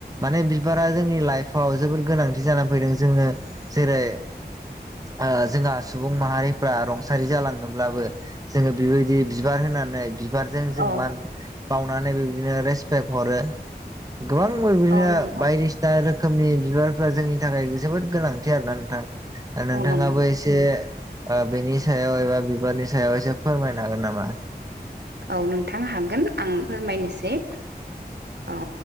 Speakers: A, on the right; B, on the right.
A: माने बिबारा जोंनि लाइफाव जोबोद गोनांथि जानानै फैदों। जोङो जेरै ओ जोंहा सुबुं माहारिफ्रा रंसारि जालांदोंब्लाबो जोङो बेबायदि बिबार होनानै बिबारजों जों
B: औ
A: मान बाउनानै बिदिनो रेसपेक्ट हरो। गोबां <unintelligible> बिदिनो
B: औ नंगौ
A: बायदि दा रोखोमनि बिबारफ्रा जोंनि थाखाय जोबोद गोनांथि आरो ना नोंथां। दा नोंथाङाबो
B: औ नंगौ
A: एसे एसे ओ बेनि सायाव एबा बिबारनि सायाव एसे फोरमायनो हागोन नामा?
B: औ नोंथां हागोन आं फोरमायनोसै।
A: <inaudible>
B: ओ